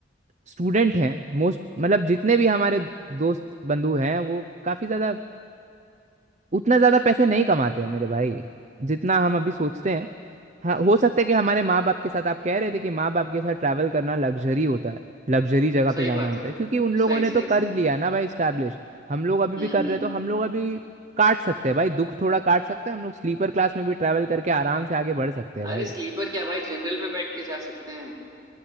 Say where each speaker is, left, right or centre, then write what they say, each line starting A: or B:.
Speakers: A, on the right (about 35°); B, on the right (about 20°).
A: student हैं मोस्ट मतलब जितने भी हमारे दोस्त बंधु हैं वो काफ़ी ज़्यादा उतना ज़्यादा पैसे नहीं कमाते हैं मेरे भाई जितना हम अभी सोचते हैं हाँ हो सकता है कि हमारे माँ बाप के साथ आप कह रहे थे कि माँ बाप के साथ ट्रैवल करना लग्जरी होता है लग्जरी जगह
B: सही
A: पे जाना
B: बात
A: होता
B: है
A: है क्योंकि उन लोगों
B: सही
A: ने
B: सही
A: तो कर
B: से
A: लिया ना भाई स्टैब्लिश हम लोग अभी
B: हम्म
A: भी कर
B: हम्म
A: रहे हैं तो
B: हम्म।
A: हम लोग अभी काट सकते हैं भाई दुख थोड़ा काट सकते हैं हम लोग स्लीपर क्लास में भी ट्रैवल करके आराम से आगे बढ़ सकते हैं
B: अरे
A: भाई
B: स्लीपर क्या भाई जनरल में बैठ के जा सकते हैं